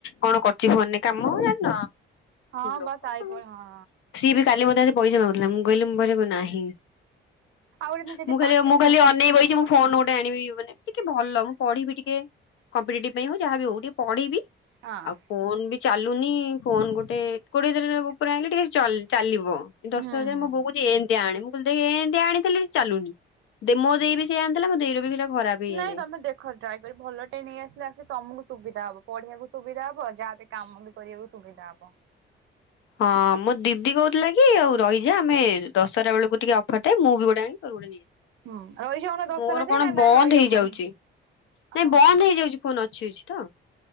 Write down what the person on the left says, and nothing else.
କଣ କର। ଫୋନରେ କାମ ହ ଜାଣ
ଲୋକ
ସିଏ ବି କାଲି <unintelligible> ପଇସା ମାଗୁଥିଲା ମୁଁ କହିଲି ମୁଁ ନାହିଁ
ମୁଁ ଖାଲି
ମୁଁ ଖାଲି
ଅନେଇ ଫୋନ ଗୋଟେ ଆଣିବି ମାନେ ଟିକେ ଭଲ ମୁଁ ପଢିବି ଟିକେ କମ୍ପିେଟିଭ ପାଇଁ ହଉ ଯାହା ହଉ ପଢିବି
ଆଉ। ଫୋନ ବି ଚାଲୁନି ଫୋନ ଗୋଟେ କୋଡିଏ ହଜାର ଉପରେ ଆଣିଲେ ଟିକେ ଚାଲିବ ଦଶ
ହଜାର
ମୁଁ ବଉ କହୁଛି ଏ ଆ ଆଣି ମୁଁ କଆ ଆଣିଥିଲି ସେ ଚାଲୁନି ମୋ ଦେଇ ବି ସେଆ ଆଣିଥିଲା ମୋ ଦେଇ ର ବି ସେଇଟା ଖରାପ। ହେଇଗଲା
ହଁ ମୋ ଦିଦି କହୁଥିଲା କି ଆଉ ରହିଯା ଆମେ ଦଶରା ବେଳକୁ ଟିକେ ଅଫର ଥାଏ ମୁଁ ବି ଗୋଟେ ମୋର ଗୋଟେ ଆଣିବି ତୋର ନେଇଆସିବି
ମୋର
କଣ
ବନ୍ଦ
ହେଇଯାଉଛି। ନାଇଁ
ବନ୍ଦ ହେଇଯାଉଛି ଫୋନ ଅଛି ଅଛି ତ